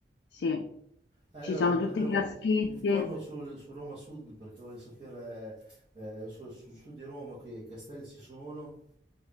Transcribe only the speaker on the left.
Sì,
ci
sono
tutte
fiaschette,